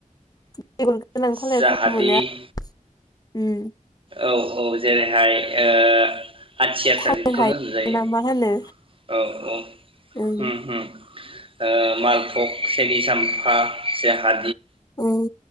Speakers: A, on the left; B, on the right.
A: बेगर गोनां
B: जाहादि
A: थालिरफोरबो मोनो आरो। ओम
B: औ औ जेरैहाय ओ आथिया
A: थालिर
B: थालिरखौनो
A: हायो
B: होनजायो
A: ना मा होनो
B: औ औ होम
A: उम
B: होम ओ मालफक्स सेनि साम्फा जाहा
A: उम